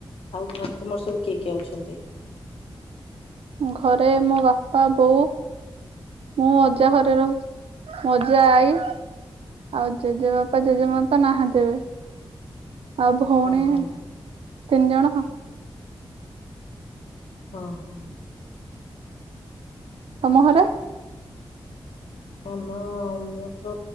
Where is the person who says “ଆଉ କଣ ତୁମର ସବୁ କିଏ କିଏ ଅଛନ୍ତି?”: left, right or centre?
Left